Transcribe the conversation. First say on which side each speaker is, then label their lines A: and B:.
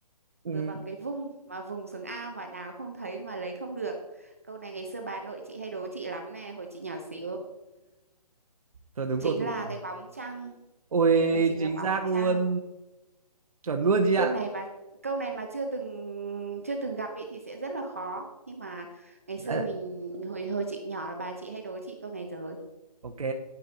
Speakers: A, on the right (about 55°); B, on the right (about 20°).
A: ừ,
B: vừa bằng cái vung mà vùng xuống ao mà đào không thấy mà lấy không được câu này ngày xưa bà nội chị hay đố chị lắm nè hồi chị nhỏ xíu
A: thôi đúng
B: chính
A: câu tủ
B: là
A: rồi.
B: cái bóng trăng
A: ôi
B: đấy là chính
A: chính
B: là bóng
A: xác luôn
B: trăng
A: chuẩn luôn chị ạ
B: câu này mà câu này mà chưa từng chưa từng gặp ý thì sẽ rất là khó nhưng mà ngày
A: Đấy,
B: xưa mình hồi hồi chị nhỏ là bà chị hay đố chị câu này rồi
A: Ok,